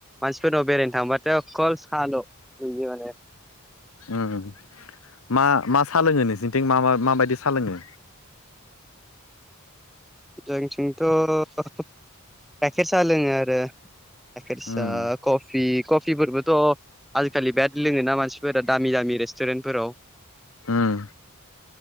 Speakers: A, in the centre; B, on the left.
A: मानसिफोरनाव बेरायनो थांबा खल साल नुयो माने।
B: ओं मा-मा साोलोङो नोंसोरनिथिं मा-मा माबायदि साोलोङो?
A: जोंथिंथ' गाइखेर साहा लोङो आरो। गायखेरसा
B: उम
A: कपि कपिफोरबोथ' आजिखालि बिराद लोङोना मानसिफोरा दामि दामि रेस्टुरेन्टफोराव।
B: उम